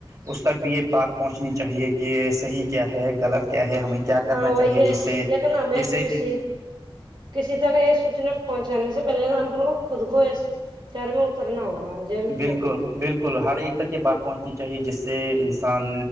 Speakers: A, on the right; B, on the right.
A: اس تک بھی یہ بات پہنچنی چاہیے کہ صحیح کیا ہے غلط کیا ہے ہمیں کیا کرنا
B: ہاں وہی
A: چاہیے
B: ہے
A: جس سے
B: لیکن ہمیں
A: جیسے
B: کسی
A: ان
B: کسی ترہا یہ سوچنا پہنچانے سے پہلے ہم اپ کو خود کو اس شر میں اترنا ہوگا ضرور
A: بالکل
B: تو
A: بالکل ہر ایک تک یہ بات پہنچنی چاہیے جس سے انسان